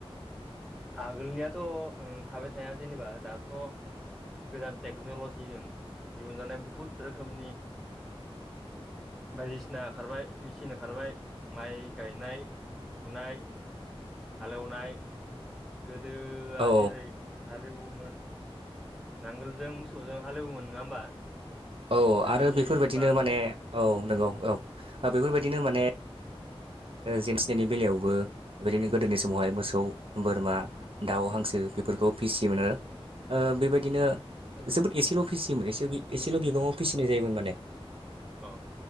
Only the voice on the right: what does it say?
औ
औ
आरो बेफोरबायदिनो माने औ नंगौ औ बेफोरबायदिनो माने जन्थिनायनि बेलायावबो बेबायदिनो गोदोनि समावहाय मोसौ बोरमा दाउ हांसो बेफोरखौ फिसियोमोन आरो। बेबायदिनो
जोबोद एसेल' फिसियोमोन एसेल' बिबाङाव फिसिनाय जायोमोन मान